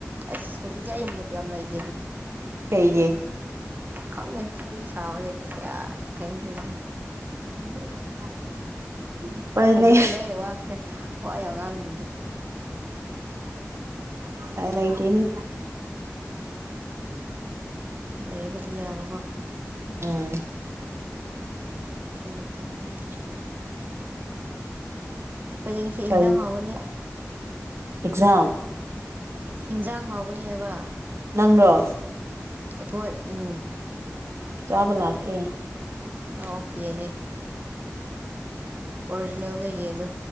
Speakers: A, on the right; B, on the right.
A: ꯑꯁ ꯍꯧꯖꯤꯛꯁꯦ ꯑꯩ ꯃꯨꯠ ꯌꯥꯝ ꯂꯩꯗꯦꯅꯦ
B: ꯀꯩꯒꯤ
A: ꯈꯪꯗꯦ ꯋꯥꯔꯤ ꯁꯥꯕꯖꯤ ꯀꯌꯥ ꯀꯩꯌꯤꯝ ꯇꯧꯗꯦ
B: <unintelligible> ꯎꯄꯥꯏ
A: ꯑꯗꯨꯅꯅꯦ
B: ꯂꯩ
A: ꯑꯩꯅ ꯋꯥꯇꯦ ꯋꯥ ꯌꯥꯝ ꯉꯥꯡꯗ꯭ꯔꯤꯗꯣ
B: ꯄꯥꯏ ꯂꯩꯇꯦꯅꯦ
A: <unintelligible> ꯂꯩꯔꯒꯗꯤ ꯌꯥꯕꯀꯣ
B: ꯎꯝ
A: ꯑꯗꯨ ꯅꯠꯇꯕꯅꯤꯅ ꯈꯣꯏꯗꯤ ꯉꯁꯤ
B: ꯀꯩ
A: ꯏꯟꯖꯥꯡ ꯍꯥꯎꯒꯅꯤ
B: ꯑꯦꯛꯖꯥꯝ
A: ꯍꯤꯟꯖꯥꯡ ꯍꯥꯎꯒꯅꯤ ꯍꯥꯏꯕ
B: ꯅꯪꯔꯣ
A: ꯑꯩꯈꯣꯏ ꯎꯝ
B: ꯆꯥꯕ ꯂꯥꯛꯀꯦ
A: ꯂꯥꯛꯑꯣ ꯌꯦꯟꯅꯦ ꯑꯣꯔꯤꯖꯤꯅꯦꯜꯅꯦ ꯌꯦꯟꯗꯣ